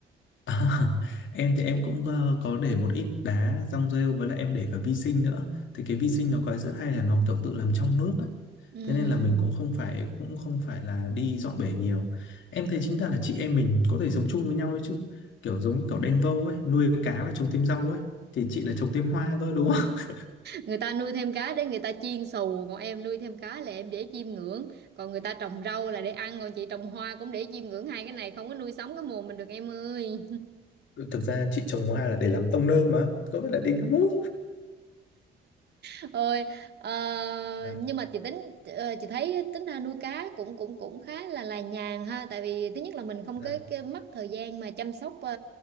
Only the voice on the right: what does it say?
Ừm.
người ta nuôi thêm cá để người ta chiên xù còn em nuôi thêm cá là em để chiêm ngưỡng còn người ta trồng rau là để ăn còn chị trồng hoa cũng để chiêm ngưỡng hai cái này không có nuôi sống cái mồm mình được em ơi
<laughs> ôi ờ,
nhưng mà chị tính ờ, chị thấy tính ra nuôi cá cũng cũng cũng khá là là nhàn ha tại vì thứ nhất là mình không
có cái mất thời gian mà chăm sóc ờ,